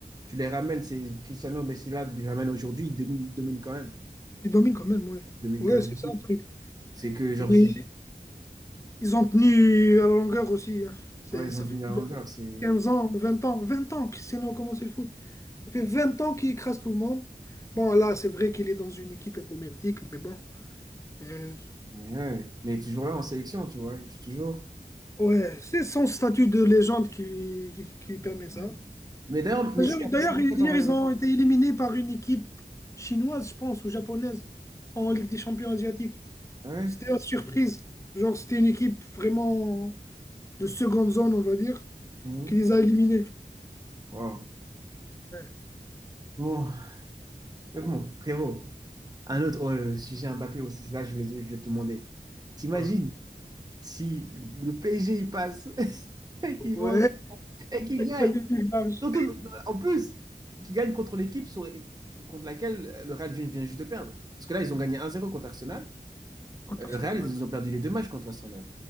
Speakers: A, on the right; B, on the left.
A: tu les ramènes, c'est Cristiano, Messi là, tu les ramènes aujourd'hui, ils dominent, ils dominent quand même.
B: Ils dominent quand même, ouais.
A: Ils dominent
B: Ouais,
A: quand même
B: c'est
A: beaucoup.
B: ça le truc.
A: C'est que genre,
B: Et
A: j-
B: ils ont tenu à la longueur aussi. hein. C'est-
A: ouais, ils
B: Ça
A: ont
B: fait
A: tenu la
B: combien
A: longueur, c'est...
B: 15 ans, 20 ans, 20 ans que Cristiano a commencé le foot. Ça fait 20 ans qu'il écrase tout le monde. Bon, là, c'est vrai qu'il est dans une équipe émerdique, mais bon. Euh,
A: Mais, ouais. Mais toujours là en sélection, tu vois, je suis toujours...
B: ouais, c'est son statut de légende qui, qui, qui lui permet
A: Ouais.
B: ça.
A: Mais d'ailleurs, Messi
B: Parce que
A: a
B: D'ailleurs,
A: fait sa retraite
B: hier,
A: en en
B: ils ont été éliminés par une équipe chinoise, je pense, ou japonaise, en Ligue des Champions asiatiques.
A: Ah Ouais.
B: C'était la surprise. Genre, c'était une équipe vraiment de seconde zone, on va dire,
A: Mhm.
B: qui les a éliminés.
A: Wow.
B: Ouais.
A: Bon. Mais bon, frérot, un autre oh, le sujet Mbappé aussi, ça, je voulais, je voulais te demander. T'imagines
B: Ouais.
A: si le PSG il passe <laughs> et qu'ils
B: <laughs> Pas
A: vont et qu'ils gagnent.
B: va devenir large.
A: Surtout, en plus, qu'ils gagnent contre l'équipe sur- contre laquelle le Real vient, vient juste de perdre. Parce que là, ils ont gagné un zéro contre Arsenal.
B: Contre
A: Euh,
B: Arsenal,
A: Le Real,
B: ouais.
A: ils ont perdu les deux matchs contre Arsenal.